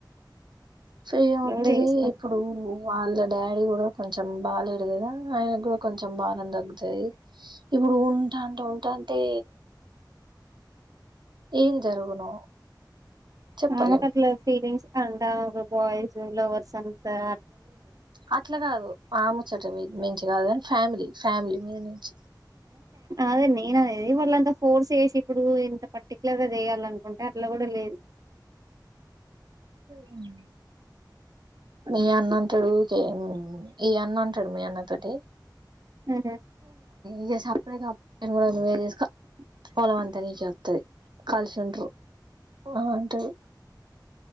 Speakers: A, on the right (about 70°); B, on the right (about 50°).
A: ఫీ ఏ వతుది
B: కూడా చేసుకోని
A: ఇప్పుడు వాళ్ళ డాడీ కూడా కొంచెం బాగాలేదు కదా ఆయన కూడా కొంచెం బాారం తగ్గుతాయి ఇప్పుడు ఉంటా అంటే ఉంటా అంటే ఏం జరుగును చెప్పలేం
B: ఆమెకు అట్లా ఫీలింగ్స్ అంటకు బాయ్స్ లవర్స్ అంతా
A: అట్లా కాదు ఆమె చెట్ మంచి కాదు అని ఫ్యామిలీ ఫ్యామిలీ మీద నుంచి
B: అదే నేను అదేది వాళ్ళంత ఫోర్స్ చేసి ఇప్పుడు ఇంత పర్టిక్యులర్ గా చేయాలినుకుంటే అట్లా కూడా లేదు
A: ఉమ్ మీ అన్న అంటాడు ఓకే ఈ అన్న అంటాడు మీ అన్న తోటి
B: ఆహా.
A: ఇక సప్పుడే కా కూడా నువ్వేచేసుకో పొలం అంతా నీక వస్తుది కలిసుండరు అంటది